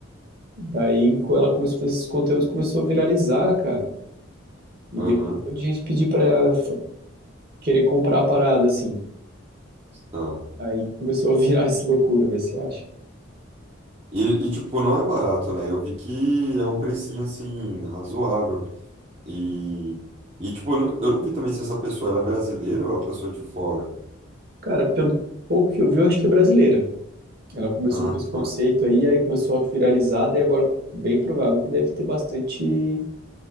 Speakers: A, on the right; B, on the right.
A: Daí co- ela começou a fazer esses conteúdos, começou a viralizar, cara, e
B: Aham,
A: veio um monte de gente pedir pra fa- querer comprar a parada, assim.
B: tá.
A: Aí começou a virar <laughs> essa loucura, vai, você acha?
B: E, e, tipo, não é barato, né? Eu vi que é um precinho, assim, razoável. E, e tipo, eu não, eu não vi também se essa pessoa ela é brasileira ou é uma pessoa de fora.
A: Cara, pelo pouco que eu vi, eu acho que é brasileira. Ela começou
B: Ah,
A: com esse conceito
B: tá.
A: aí, aí começou a viralizar, e agora bem provável que deve ter bastante